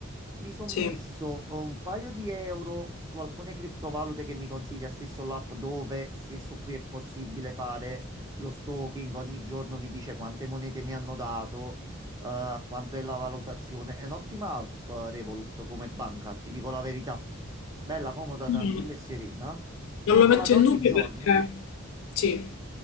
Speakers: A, on the right; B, on the left.
A: Mi sono
B: Sì.
A: messo oh, un paio di euro su alcune criptovalute che mi consiglia stesso l'app dove stesso qui è possibile fare lo stalking, ogni giorno mi dice quante monete mi hanno dato, eh, quanto è la valutazione. È un'ottima app eh, Revolut come banca, ti dico la verità. Bella, comoda, tranquilla
B: Mm,
A: e serena.
B: Non lo
A: Io
B: metto
A: vado
B: in
A: ogni
B: dubbio
A: giorno.
B: perché... Sì,